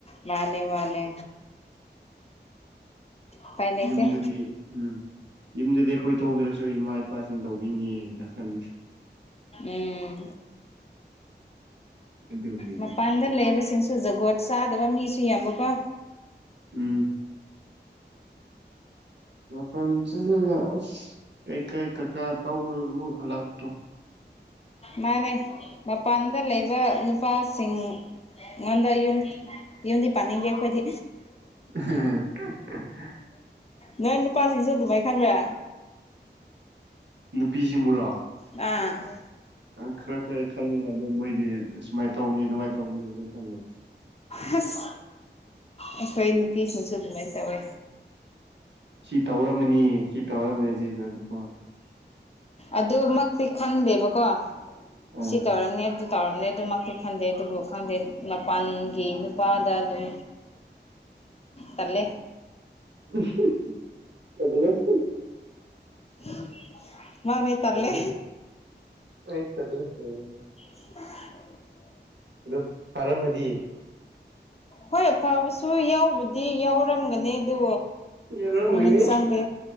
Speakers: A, on the left; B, on the right.
A: ꯃꯥꯅꯦ ꯃꯥꯅꯦ ꯎꯄꯥꯏ ꯂꯩꯇꯦ
B: ꯌꯨꯝꯗꯗꯤ ꯎꯝ ꯌꯨꯝꯗꯗꯤ ꯑꯩꯈꯣꯏ ꯇꯧꯗ꯭ꯔꯁꯨ ꯏꯃꯥ ꯏꯄꯥꯁꯤꯡ ꯇꯧꯕꯤꯅꯤꯅ ꯈꯟꯁꯨ
A: ꯎꯝ
B: ꯑꯗꯨꯒꯤꯅꯤ
A: ꯃꯄ ꯃꯥꯡꯗ ꯂꯩꯕꯁꯤꯡꯁꯨ ꯖꯒꯣꯠ ꯆꯥꯗꯕ ꯃꯤꯁꯨ ꯌꯥꯝꯕꯀꯣ
B: ꯎꯝ ꯃꯄꯥꯟ UNINTELLIGIBLE ꯀꯩ ꯀꯩ ꯀꯀꯥ ꯀꯧꯔ ꯑꯃꯨꯛ ꯍꯜꯂꯛꯄꯣ
A: ꯃꯥꯅꯦ ꯃꯄꯥꯟꯗ ꯂꯩꯕ ꯅꯨꯄꯥꯁꯤꯡ ꯑꯩꯉꯣꯟꯗ ꯌꯨꯝ ꯌꯨꯝꯗꯤ ꯄꯥꯅꯤꯡꯗꯦ ꯑꯩꯈꯣꯏꯗꯤ
B: UNINTELLIGIBLE
A: ꯅꯣꯏ ꯅꯨꯄꯥꯁꯤꯡꯁꯨ ꯑꯗꯨꯃꯥꯏ ꯈꯪꯕ꯭ꯔꯥ
B: ꯅꯨꯄꯤꯁꯤꯡꯕꯨꯔꯣ ꯑ
A: ꯑꯥ
B: ꯈꯔ ꯈꯔ ꯈꯜꯂꯦꯅ ꯑꯗꯨꯝ ꯃꯣꯏꯗꯤ ꯑꯗꯨ ꯁꯨꯃꯥꯏꯅ ꯇꯧꯅꯤ ꯑꯗꯨꯃꯥꯏꯅ ꯇꯧꯅꯤ ꯃꯇꯝꯗꯣ
A: ꯍꯁ ꯑꯩꯀꯣꯏ ꯅꯨꯄꯤꯁꯤꯡꯁꯨ ꯑꯗꯨꯃꯥꯏ ꯇꯧꯋꯦ
B: ꯁꯤ ꯇꯧꯔꯝꯃꯅꯤ ꯁꯤ ꯇꯧꯔꯝꯅꯤ ꯁꯤꯗꯅ ꯑꯗꯨꯀꯣ
A: ꯑꯗꯨꯃꯛꯇꯤ ꯈꯟꯗꯦꯕꯀꯣ
B: ꯑꯥ
A: ꯁꯤ ꯇꯧꯔꯅꯤ ꯑꯗꯨ ꯇꯧꯔꯅꯤ ꯑꯗꯨꯃꯛꯇꯤ ꯈꯟꯗꯦ ꯑꯗꯨꯕꯨ ꯈꯪꯗꯦ ꯃꯄꯥꯟꯒꯤ ꯅꯨꯄꯥꯗ ꯑꯗꯨꯝ ꯇꯂꯦ
B: <unintelligible>
A: <unintelligible>
B: <unintelligible>
A: ꯇꯜꯂꯦ <unintelligible>
B: ꯑꯗꯣ ꯐꯥꯔꯝꯃꯗꯤ
A: ꯍꯣꯏ ꯑꯐꯕꯁꯨ ꯌꯥꯎꯕꯨꯗꯤ ꯌꯥꯎꯔꯝꯒꯅꯤ ꯑꯗꯨ
B: ꯌꯧꯔꯝꯒꯅꯤ
A: ꯄꯨꯛꯅꯤꯡ ꯆꯪꯗꯦ